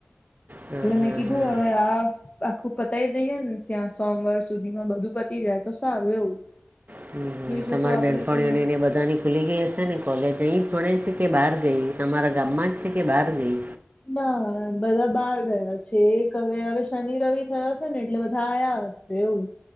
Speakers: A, on the right (about 45°); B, on the left (about 35°).
A: હા
B: એટલે
A: હા
B: મેં કીધું
A: હા
B: હવે આ. આખું પતાય દઈએ ને ત્યાં સોમવાર સુધીમાં બધું પતી જાય તો સારું એવું.
A: હમમ હમમ.
B: બીજું
A: તમારી
B: તો આપડે
A: બેનપણીઓને
B: કઈ નઈ.
A: ને બધાની ખુલી ગઈ હશે ને કોલેજ અહીં ભણે છે કે બહાર ગઈ તમારા ગામમાં જ છે કે બહાર ગઈ.
B: ના બધા બહાર ગયા છે એક હવે શનિ, રવિ જ આવે છે ને એટલે બધા આયા હસે. એવું